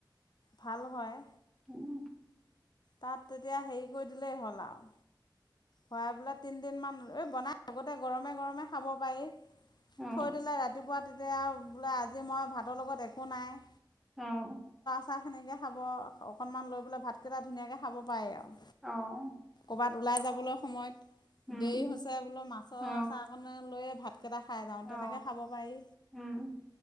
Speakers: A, on the left (about 60°); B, in the centre.
A: ভাল হয়।
B: উম।
A: তাত তেতিয়া হেৰি কৰি দিলেই হ'ল আৰু। ভৰাই পেলাই তিনিদিনমান। ঐ বনাই আগতে গৰমে-গৰমে খাব পাৰি।
B: অ
A: থৈ দিলে ৰাতিপুৱা। এতিয়া বোলে আজি মই ভাতৰ লগত একো নাই।
B: অ'।
A: চাহ সেনেকৈ খাব, অকণমান লৈ পেলাই ভাতকেইটা ধুনীয়াকৈ খাব পাৰি আৰু।
B: অ'।
A: ক'ৰবাত ওলাই যাবলৈ। সময়ত
B: উম
A: দেৰি হৈছে বোলো, মাছৰ
B: অ
A: আচাৰকণে লৈয়ে ভাত। কেইটা খাই যাওঁ,
B: অ
A: তেনেকৈ খাব পাৰি।
B: উম